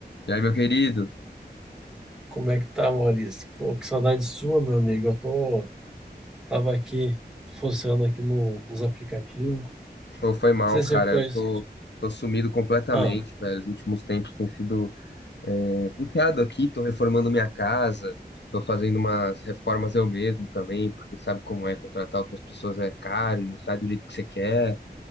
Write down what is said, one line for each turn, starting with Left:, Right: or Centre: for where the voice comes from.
Left: E aí, meu querido?
Centre: Como é que tá, Maurício? Pô, que saudade sua, meu amigo. Eu tô, tava aqui, funcionando aqui no- nos aplicativos. Não
Left: Pô, foi mal,
Centre: sei
Left: cara.
Centre: se é coisa...
Left: Eu tô, tô sumido completamente,
Centre: Ah,
Left: velho. Os últimos tempos tem sido é, puxado aqui. Tô reformando minha casa, tô fazendo umas reformas eu mesmo também, porque sabe como é contratar outras pessoas é caro e não sai do jeito que você quer.